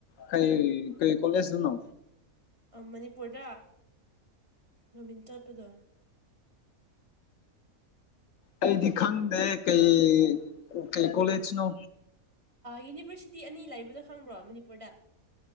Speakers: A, on the left; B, on the right.
A: ꯀꯩ ꯀꯩ ꯀꯣꯂꯦꯖ ꯅꯣ
B: ꯃꯅꯤꯄꯨꯔꯗ ꯃꯃꯤꯡ ꯆꯠꯄꯗꯣ
A: ꯑꯩꯗꯤ ꯈꯪꯗꯦ ꯀꯩ ꯀꯩ ꯀꯣꯂꯦꯖꯅꯣ
B: ꯌꯨꯅꯤꯕꯔꯁꯤꯇꯤ ꯑꯅꯤ ꯂꯩꯕꯗꯣ ꯈꯪꯕ꯭ꯔꯣ ꯃꯅꯤꯄꯨꯔꯗ